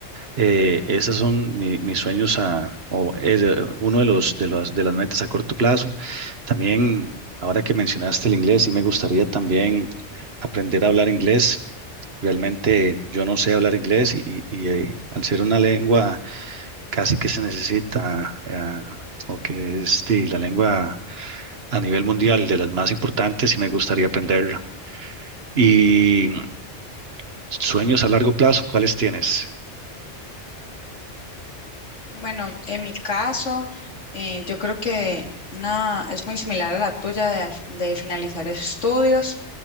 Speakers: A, on the right; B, on the left.
A: eh, esos son mi- mis sueños a, o es eh, uno de los, de las, de las metas a corto plazo. También, ahora que mencionaste el inglés, sí me gustaría también aprender a hablar inglés. Realmente yo no sé hablar inglés y, y- y, eh, al ser una lengua casi que se necesita, eh, o que es sí, la lengua a nivel mundial de las más importantes, y me gustaría aprenderla. Y mm, sueños a largo plazo, ¿cuáles tienes?
B: Bueno, en mi caso, eh, yo creo que una, es muy similar a la tuya de, al- de finalizar estudios.